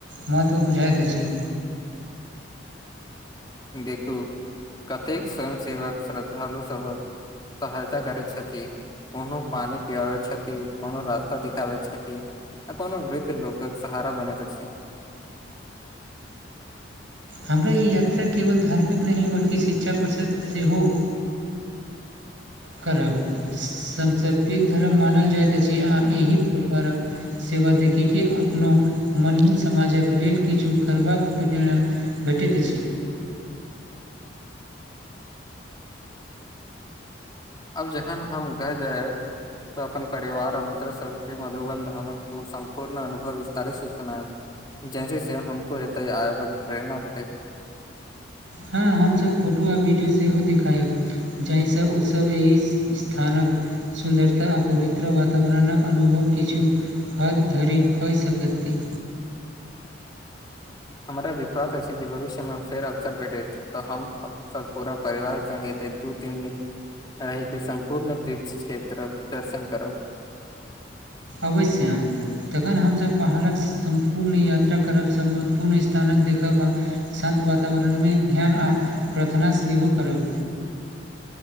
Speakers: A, on the right; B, on the left.
A: महत्व बुझायत अछि
B: देखू कतेक स्वयं सेवक श्रद्धालु सभक सहायता करैत छथि कोनो पानि पिआबै छथि कोनो रास्ता दिखाबै छथि आ कोन वृद्ध लोकक सहारा बनैत अछि
A: हमरा ई यात्रा केवल धार्मिक नहि बल्कि शिक्षा प्रषद से हो करब सबसे पैघ धर्म मानल जायत अछि एहि प्रकारक सेवा देखी के अपनो मनही समाजक लेल किछु करबाक प्रेरणा भेटैत अछि
B: अब जखन हम घर जायब तऽ अपन परिवार आ मित्र सबके मधुबन धामक सम्पूर्ण अनुभव विस्तारे सँ सुनाइब जैसे से हमको एतय आबैक प्रेरणा भेटैत
A: हँ हमसब फोटो आ वीडियो सेहो दिखायब जाहिसँ ओसभ एहि स्थानक सुन्दरता आ पवित्र वातावरणक अनुभव किछु हद धरी कई सकति
B: हमरा विश्वास अछि जे भविष्यमे फेर अवसर भेटैत तऽ हम सब पूरा परिवार संगे एतय दू तीन दिन रहिके सम्पूर्ण तीर्थ क्षेत्रक दर्शन करब
A: अवश्य तखन हमसभ पहाड़क सम्पूर्ण यात्रा करबसँ महत्वपूर्ण स्थानक देखब आ सान्त वातावरणमे ध्यान आ प्रार्थना सेहो करब